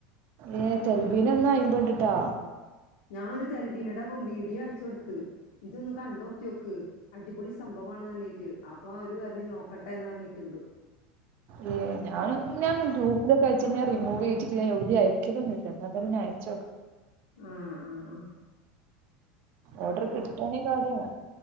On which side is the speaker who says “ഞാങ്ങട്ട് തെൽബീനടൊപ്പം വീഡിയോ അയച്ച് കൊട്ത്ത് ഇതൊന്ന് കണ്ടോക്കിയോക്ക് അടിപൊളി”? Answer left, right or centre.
Left